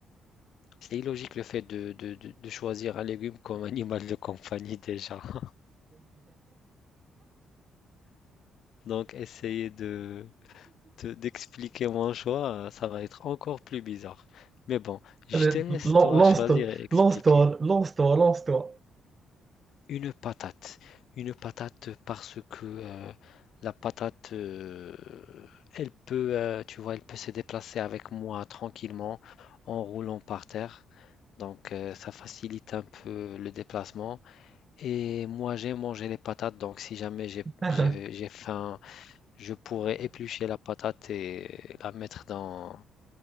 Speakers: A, on the left; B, on the right.
A: C'est illogique le fait de, de, de- de choisir un légume comme <laughs> animal de compagnie déjà. <laughs> Donc, essayez de, te- d'expliquer mon choix, euh, ça va être encore plus bizarre. Mais bon, je
B: Allez,
A: te laisse
B: lan-
A: toi
B: Lance-toi,
A: choisir et expliquer.
B: lance-toi, lance-toi, lance-toi.
A: Une patate. Une patate parce que euh, la patate, euh, elle peut, euh, tu vois, elle peut se déplacer avec moi tranquillement en roulant par terre. Donc euh, ça facilite un peu le déplacement. Et moi j'ai mangé les patates, donc si jamais j'ai
B: <laughs>
A: j'ai- j'ai faim, je pourrais éplucher la patate et la mettre dans,